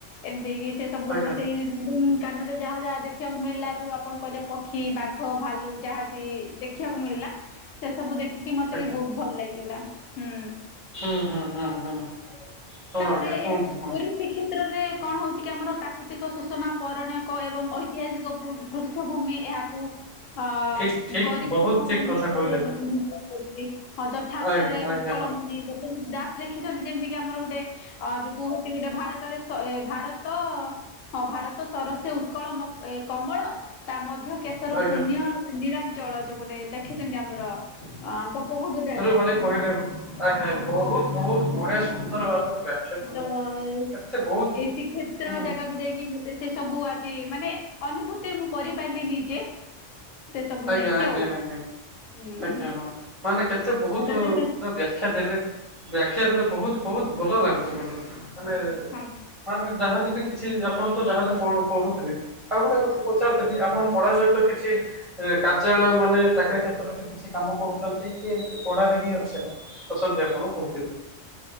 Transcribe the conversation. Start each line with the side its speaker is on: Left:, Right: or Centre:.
Left: ଏମିତି କି ସେ ସବୁ
Right: ଆଜ୍ଞା
Left: ସେଇ କାନରେ ଯାହା ଯାହା ଦେଖିବାକୁ ମିଳିଲା ଯୋଉ ଆପଣ କହିଲେ ପକ୍ଷୀ, ବାଘ, ଭାଲୁ ଯାହାବି ଦେଖିବାକୁ ମିଳିଲା ସେ ସବୁ ଦେଖିକି ମତେ
Right: ଆଜ୍ଞା
Left: ବି ବହୁତ ଭଲ ଲାଗିଲା ହୁଁ।
Right: ହୁଁ ହୁଁ ହୁଁ ହୁଁ ହଁ
Left: ତାପରେ
Right: ଆଜ୍ଞା କୁହନ୍ତୁ
Left: ଏଇଟା
Right: ହୁଁ।
Left: ପୁରୀ ଶ୍ରୀକ୍ଷେତ୍ରରେ କଣ ହଉଛି କି ଆମର ପ୍ରାକୃତିକ ସୁଷମା ପୌରାଣିକ ଏବଂ ଐତିହାସିକ ପୃ ପୃଷ୍ ତୀର୍ଥଭୂମି ଏହାକୁ ଅ
Right: ଠିକ୍ ଠିକ୍
Left: ଗରିବ
Right: ବହୁତ
Left: ମହିମ
Right: ଠିକ୍ କଥା
Left: ଗୌରବ
Right: କହିଲେ
Left: ବୋଲି ଅନୁଭୂତ ହୁଏ। ଯଥାର୍ଥରେ
Right: ଆଜ୍ଞା
Left: ଉତ୍କଳ
Right: ଆଜ୍ଞା ହଁ
Left: ମଣି ଗୋପବନ୍ଧୁ ଦାସ ଲେଖିଛନ୍ତି ଯେମିତି କି ଆମର ଗୋଟେ ଆ ଯଉ କୁହନ୍ତି ଗୋଟେ ଭାରତରେ ଏ ଭାରତ ହଁ ଭାରତ ସରସେ ଉତ୍କଳ କମଳ ତା ମଧ୍ୟେ ମଧ୍ୟ କେଶର
Right: ଆଜ୍ଞା
Left: ପୁଣ୍ୟ ନୀଳାଞ୍ଚଳ ଯୋଉ ଗୋଟେ ଲେଖିଛନ୍ତି ଆମର ଅ ଗୋପବନ୍ଧୁ ଦାସ୍।
Right: ପୁଣି କହିଲେ ଆଜ୍ଞା ବହୁତ ବହୁତ ବଢିଆ ସୁନ୍ଦର ଭାବରେ ବ୍ୟାଖ୍ୟା କଲେ
Left: ତ ଏଇ
Right: କେତେ ବହୁତ
Left: ଶ୍ରୀକ୍ଷେତ୍ର
Right: ହୁଁ
Left: ଜାଗାକୁ ଯାଇକି ସେ ସବୁ ଆଜି ମାନେ ଅନୁଭୂତି ମୁଁ କରିପାରିଲି ନିଜେ ସେ ସବୁ
Right: ଆଜ୍ଞା
Left: ନେଇକି
Right: ଆଜ୍ଞା
Left: ଆଉ
Right: ଆଜ୍ଞା
Left: ହୁଁ
Right: ଆଜ୍ଞା ହଁ ମାନେ କେତେ ବହୁତ
Left: ତା ସହିତ
Right: ବ୍ୟାଖ୍ୟା ଦେଲେ ବ୍ୟାଖ୍ୟା ଦେଲେ ବହୁତ ବହୁତ ଭଲ ଲାଗୁଛି ମ୍ୟାଡମ୍ ମାନେ
Left: ହଁ।
Right: ମାନେ ଯାହାଲେ ବି କିଛି ଆପଣ ତ ଯାହାଲେ ତ ପଢୁଥିବେ? ଆଉ ଗୋଟେ କଥା ପଚାରୁଥିଲି ଆପଣ ପଢା ସହିତ କିଛି କାର୍ଯ୍ୟାଳୟ ମାନେ ଚାକିରୀ କ୍ଷେତ୍ରରେ କିଛି କାମ କରୁଛନ୍ତି କି ଏମିତି ପଢ଼ାରେ ହିଁ ଅଛ ଅଛନ୍ତି ଆପଣ କହୁଥିଲି।